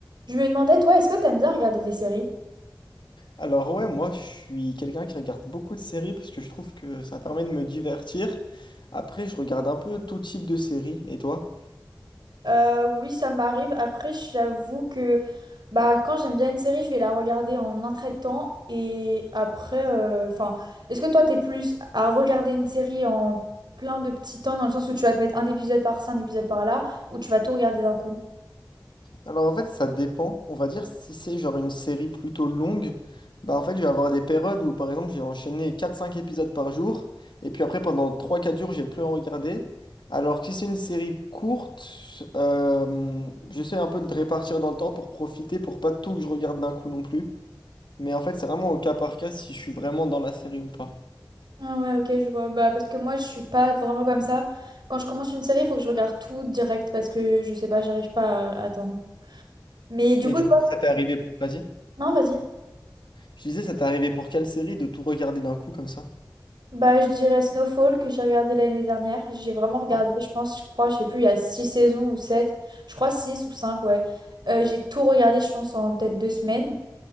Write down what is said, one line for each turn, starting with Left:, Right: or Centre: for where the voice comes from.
Right: Je me demandais, toi, est-ce que t'aimes bien regarder des séries?
Left: Alors ouais, moi je suis quelqu'un qui regarde beaucoup de séries parce que je trouve que ça permet de me divertir. Après, je regarde un peu tout type de séries. Et toi?
Right: Euh, oui, ça m'arrive. Après, j'avoue que bah, quand j'aime bien une série, je vais la regarder en un trait de temps. Et après, euh, enfin, est-ce que toi, t'es plus à regarder une série en plein de petits temps, dans le sens où tu vas te mettre un épisode par-ci, un épisode par-là, ou tu vas tout regarder d'un coup?
Left: Alors en fait, ça dépend. On va dire si c'est genre une série plutôt longue, bah en fait, je vais avoir des périodes où par exemple, j'ai enchaîné quatre cinq épisodes par jour et puis après pendant trois quatre jours, j'ai plus en regarder. Alors que si c'est une série courte, euh, j'essaie un peu de répartir dans le temps pour profiter pour pas tout que je regarde d'un coup non plus. Mais en fait, c'est vraiment au cas par cas si je suis vraiment dans la série ou pas.
Right: Ah ouais, ok, je vois. Bah, parce que moi, je suis pas vraiment comme ça. Quand je commence une série, il faut que je regarde tout direct parce que je sais pas, j'arrive pas à à attendre. Mais du
Left: Et
Right: coup,
Left: du
Right: toi,
Left: coup, ça t'est arrivé. Vas-y.
Right: non, vas-y.
Left: Je disais, ça t'est arrivé pour quelle série de tout regarder d'un coup comme ça?
Right: Bah, je dirais Snowfall que j'ai regardé l'année dernière. J'ai vraiment regardé,
Left: Ah
Right: je pense, je crois, je sais plus, il y a six saisons ou sept. Je crois six ou cinq, ouais. Euh, j'ai tout regardé, je pense, en peut-être deux semaines.